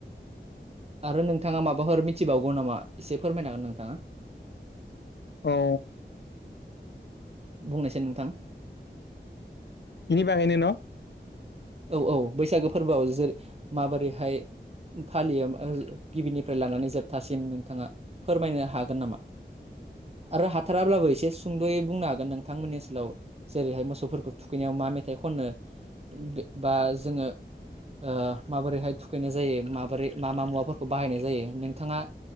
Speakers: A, on the right; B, on the left.
A: आरो नोंथाङा माबाफोर मिथिबावगौ नामा एसे फोरमायनो हागोन नोंथाङा?
B: औ
A: बुंनायसाय नोंथां
B: बिनि बागैनो न'
A: औ औ बैसागो फोरबोआव जो माबोरैहाय फालियो ओ गिबिनिफ्राय लानानै जोबथासिम नोंथाङा फोरमायनो हागोन नामा? आरो हाथाराब्लाबो एसे सुंद'यै बुंनो हागोन नोंथांमोननि ओनसोलाव जेरैहाय मोसौफोरखौ थुखैनायाव मा मेथाइ खनो बे बा जोङो ओ माबोरैहाय थुखैनाय जायो माबोरै मा मा मुवाफोरखौ बाहायनाय जायो नोंथाङा